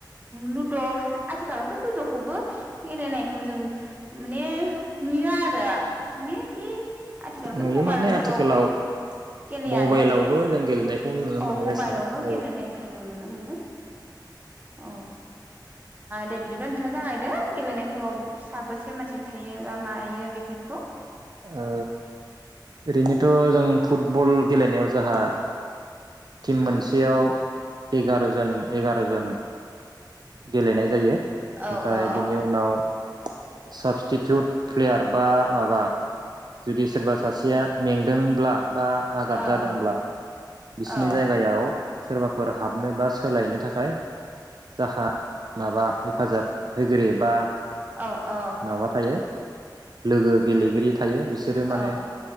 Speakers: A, on the right (about 20°); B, on the right (about 60°).
A: लुद' आथिखालावथ' लुद'खौबो गेलेनायखौ जों माने नुयो आरो। ने बे आथिखालथ'
B: नुयो
A: मबाइलफोरावबो
B: माने आथिखालाव
A: गेलेयानो
B: मबाइलावबो जों गेलेनायखौ नुनो
A: ओ
B: मोननाय
A: मबाइलावबो
B: जासैना ओ
A: गेलेनायखौ जों नुनो मोनदों औ दे बिदिब्ला नोंथाङा जागायदे गेलेनायफोराव साबेसे मानसि थायो बा मायो बेफोरखौ
B: ओ ओरैनोथ' जों फुटबल गेलेनायाव जोंहा टिम मोनसेयाव एगार'जन एगार'जन गेलेनाय जायो
A: औ
B: ओमफ्राय
A: औ
B: बिनि उनाव साबस्टिटिउट प्लेयार बा माबा जुदि सोरबा सासेया मेंदोंब्ला बा आघाद
A: औ
B: जादोंब्ला बिसिनि
A: औ
B: जायगायाव सोरबाफोर हाबनो बा सोलायनो थाखाय जाहा माबा हेफाजाब होगिरि बा
A: औ औ
B: माबा थायो लोगो गेलेगिरि थायो बिसोरो माने
A: औ